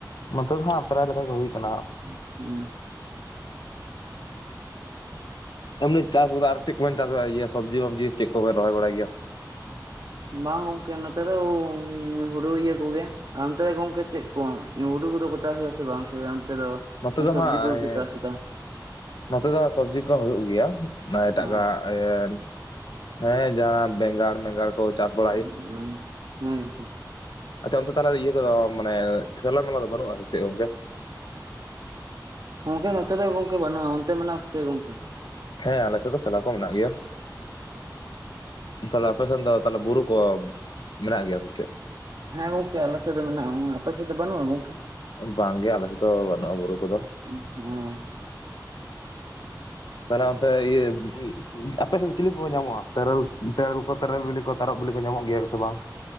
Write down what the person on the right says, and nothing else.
<inaudible>
ᱵᱟᱝ ᱜᱚᱝᱠᱮ ᱱᱚᱛᱮ ᱫᱚ ᱦᱩᱲᱩ ᱤᱭᱟᱹ ᱠᱚᱜᱮ ᱾ ᱚᱱᱛᱮ ᱜᱚᱝᱠᱮ ᱪᱮᱫ ᱠᱚ ᱦᱩᱲᱩ ᱠᱚᱫᱚ ᱠᱚ ᱪᱟᱥᱫᱟ ᱥᱮ ᱵᱟᱝ ᱥᱮ? ᱫᱚ
ᱥᱚᱵᱽᱡᱤ
ᱠᱚᱜᱮ ᱠᱚ ᱪᱟᱥ ᱮᱫᱟ
ᱚ
<unintelligible>
ᱜᱚᱝᱠᱮ ᱱᱚᱛᱮ ᱫᱚ ᱜᱚᱝᱠᱮ ᱵᱟᱹᱱᱩᱜᱼᱟ, ᱚᱱᱛᱮ ᱢᱮᱱᱟᱜᱼᱟ ᱥᱮᱪᱮᱫ ᱜᱚᱝᱠᱮ?
ᱦᱮᱸ ᱜᱚᱝᱠᱮ ᱟᱞᱮ ᱥᱮᱫ ᱫᱚ ᱢᱮᱱᱟᱜᱼᱟ, ᱟᱯᱮ ᱥᱮᱫ ᱫᱚ ᱵᱟᱹᱱᱩᱜᱼᱟ ᱜᱚᱝᱠᱮ?
<unintelligible>